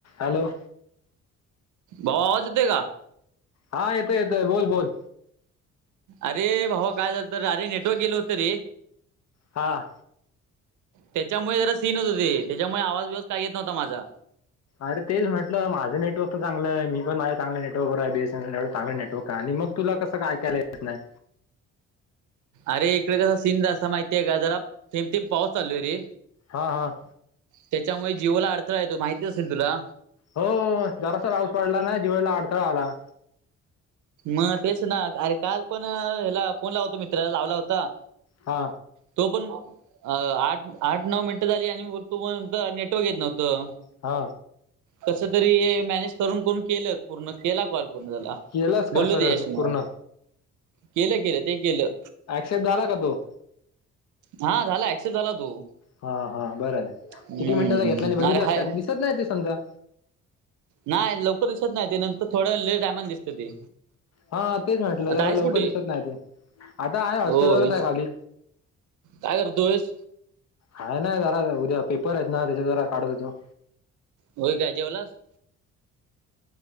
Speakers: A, on the left; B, on the right.
A: Hello..
B: भाऊजते का
A: हा येतोय येतोय बोल बोल.
B: अरे भाऊ काय झालं तर अरे नेटवर्क गेल होतं रे.
A: हां.
B: त्याच्यामुळे जरा सीन होत होती त्याच्यामुळे आवाज बवास काही येत नव्हता माझा.
A: अर तेचट माझ नेटवर्क तर चांगलं मीण माझ्या चग नेटवर्कवर आहे बीएसएनल एवढ चांगलं नेटवर्क आणि मग. तुला कसं काय कयला येत नाही.
B: अरे इकडे कसं सिंध असं माहितीय आहे का जराथम थम पाऊस चालो आहे रे.
A: हां हां.
B: त्याच्यामुळे जीवाला अडथळा य तो माहिती असेल तुला
A: हो जरासा राऊस पडला ना जीवळला अडथळा आला
B: मग तेच ना अरे काल पण ह्याला फोन लाव होतो मित्राला लावला होता
A: हा
B: तो पण आठ आठ नऊ मिनिटं झाली आणि तो पण नेटवर्क येत नव्हतं
A: हा
B: कस तरी हे मॅनेज करून कोून केलं पूर्ण केला कॉल पूर्ण झाला
A: केलास का
B: बोलल
A: सर
B: ते याशी
A: पूर्ण
B: म केलं केलं ते केलं
A: ऍक्सेप्ट झाला का तो
B: हा झाला ऍक्सेप्ट झाला तो.
A: हा हा बरं
B: हम्म
A: किती मिनटंचा घेतला आणि बघितलास
B: अरे हाय
A: का ति त नाही ते समजा
B: नाही लवकर दिसत नाही ते नंतर थोडं लेट टायमा दिसत ते
A: हा तेच म्हटलं
B: आता
A: जरा
B: आहेस
A: लवकर
B: कुठे
A: दिसत नाही ते आता आहे हॉस्टेलवरच
B: होय
A: आहे खाली
B: काय कर दुयस.
A: आहे ना जरा उद्या पेपर आहेत ना त्याच्याद्वारा काढत होेतो.
B: हो काय जेवलास.